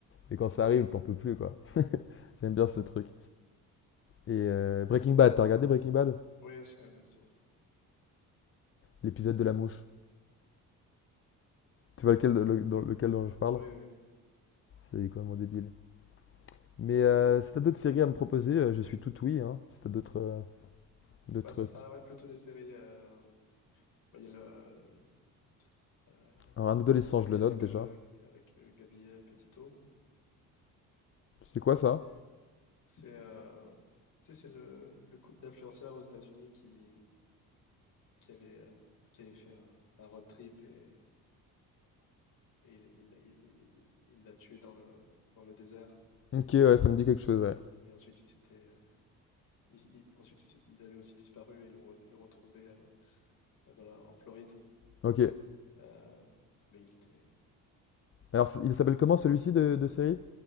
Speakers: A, on the left; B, on the left.
A: Et quand ça arrive, t'en peux plus. quoi. J'aime bien ce truc. Et euh, Breaking Bad, t'as regardé Breaking Bad
B: Ouais, j'ai regardé aussi.
A: L'épisode de la mouche. Tu vois lequel, le- dans lequel dont je parle
B: Oui, oui.
A: C'est complètement débile. Mais euh, si t'as d'autres séries à me proposer, euh, je suis tout oui. Hein. Si t'as d'autres. euh, d'autres...
B: Bah, ça sera ouais, plutôt des séries. euh, bah, Il y a le, le- euh,
A: Alors, un adolescent,
B: la série
A: je le note
B: avec,
A: déjà.
B: euh, avec euh, Gabi euh, Petito.
A: C'est quoi ça
B: C'est euh, tu c'est le, le couple d'influenceurs aux États-Unis qui, qui, avait, euh, qui avait fait un, un road trip et, et il il- il- il- il l'a tué dans le, dans le désert.
A: Ok, ouais, ça me dit quelque chose, ouais.
B: Et ensuite, il s'était il- il- ensuite, c'est- il avait aussi disparu et l'on re- ils le retrouvait euh, euh, dans la- en Floride.
A: Ok.
B: Euh, mais il était.
A: Alors,
B: il-
A: il s'appelle comment celui-ci de, de série